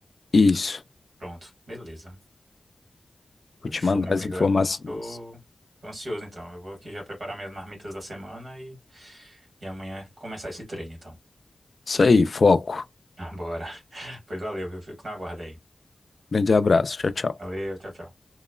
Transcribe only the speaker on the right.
Pronto. Beleza. Pois
show,
minha amiga.
Tô, tô ansioso, então. Eu vou aqui já preparar minhas marmitas da semana e, e amanhã começar esse treino, então.
<laughs> Bora. Pois valeu, viu? Fico na guarda aí.
Valeu, tchau, tchau.